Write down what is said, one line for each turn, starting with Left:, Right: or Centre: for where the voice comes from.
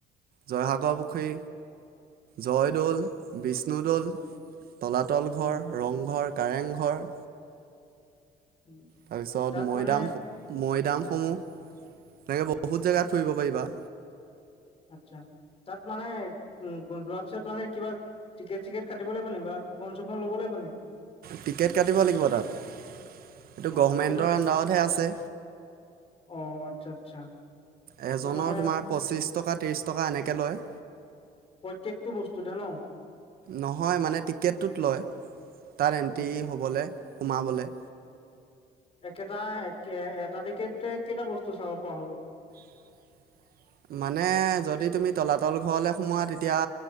Right: জয়সাগৰ পুখুৰী। জয়দৌল বিচ বিষ্ণুদৌল,
Left: উম,
Right: তলাতল ঘৰ,
Left: উম,
Right: ৰংঘৰ, কাৰেংঘৰ।
Left: উম।
Right: তাৰপিছত
Left: তাত
Right: মৈদাম
Left: মানে
Right: মৈ দামসমূহ তেনেকৈ বহুত জেগাত ফুৰিব পাৰিবা।
Left: আচ্ছা, তাত মানে উ যোৱা পিছত মানে কিবা। টিকেট চিকেট কাটিব লাগিব নি বা কুপন চুফন ল'ব লাগিব নে।
Right: টিকেট কাটিব লাগিব তাত এইটো
Left: অ'
Right: গভমেণ্টৰ
Left: টিকেটত
Right: আণ্ডাৰতহে আছে।
Left: অ' আচ্ছা, আচ্ছা।
Right: এজনৰ
Left: এইটো মানে
Right: তোমাৰ পঁচিশ টকা ত্ৰিশ টকা এনেকে লয়।
Left: প্ৰত্যেকটো বস্তুতে ন।
Right: নহয় মানে টিকেটটোত লয়, তাত এন্ট্ৰি
Left: অ'
Right: হ'বল সোমাবলৈ।
Left: একেটা এটা দিকে কেইটা বস্তু চাব পৰা হ'ব?
Right: <inaudible> মানে যদি তুমি তলাতল ঘৰলৈ সোমোৱা তেতিয়া